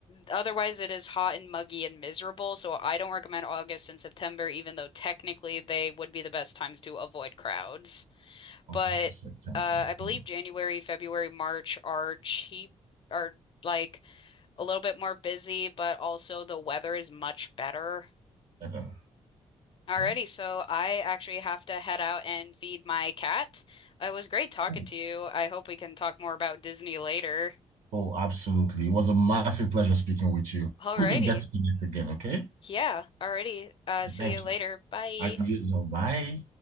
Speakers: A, on the left; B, on the right.
A: Otherwise, it is hot and muggy and miserable, so I don't recommend August and September, even though technically they would be the best times to avoid crowds.
B: August,
A: But
B: this September.
A: uh, I believe
B: Hmm.
A: January, February, March are cheap, are like a little bit more busy, but also the weather is much better.
B: Okay.
A: Alrighty,
B: Oh,
A: so I actually have to head out and feed my cat. It was great talking
B: oh,
A: to you. I hope we can talk more about Disney later.
B: oh, absolutely. It was a massive pleasure speaking with you.
A: Alrighty.
B: We can get to connect again, okay?
A: Yeah, alrighty. Uh, see
B: Thank
A: you later.
B: you.
A: Bye.
B: And you, so bye.